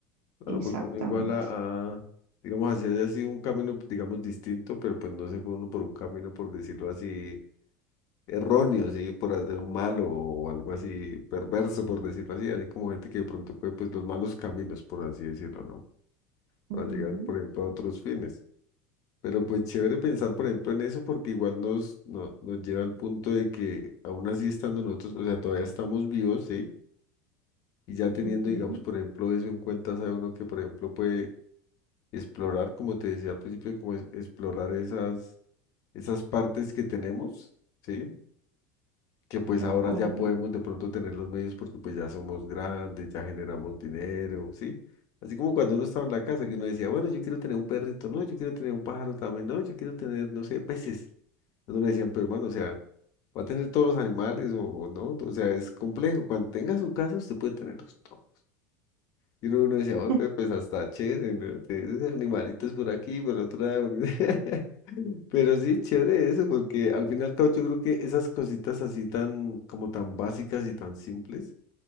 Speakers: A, on the left (about 50°); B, on the right (about 70°).
A: Claro,
B: Exactamente.
A: porque uno igual a, a- digamos, así haya sido un camino, digamos, distinto, pero pues no se fue uno por un camino, por decirlo así erróneo, sí, por hacer malo o algo así perverso, por decirlo así, así como gente que de pronto coge pues los malos caminos, por así decirlo, ¿no? Para
B: Ujú,
A: llegar, por ejemplo, a otros fines. Pero pues chévere pensar, por ejemplo, en eso porque igual nos, no- nos lleva al punto de que aún así estando nosotros, o sea, todavía estamos vivos, ¿sí? Y ya teniendo,
B: ujú.
A: digamos, por ejemplo, eso en cuenta, sabe uno que, por ejemplo, puede explorar, como te decía al principio, como es- explorar esas, esas partes que tenemos, ¿sí? que pues
B: De
A: ahora
B: acuerdo.
A: ya podemos de pronto tener los medios porque pues ya somos grandes, ya generamos dinero, ¿sí? Así como cuando uno estaba en la casa que uno decía, bueno, yo quiero tener un perrito, no, yo quiero tener un pájaro también, no, yo quiero tener, no sé, peces. Uno le decían, pero hermano, o sea, va a tener todos los animales o, o no, o sea, es complejo. Cuando tenga su casa, usted puede tenerlos todos. Y uno, uno decía, oye,
B: <laughs>
A: pues pues, hasta chévere, ¿no? Tienes animalitos por aquí, por otro lado. <laughs> Pero sí, chévere eso, porque al final y al cabo yo creo que esas cositas así tan, como tan básicas y tan simples,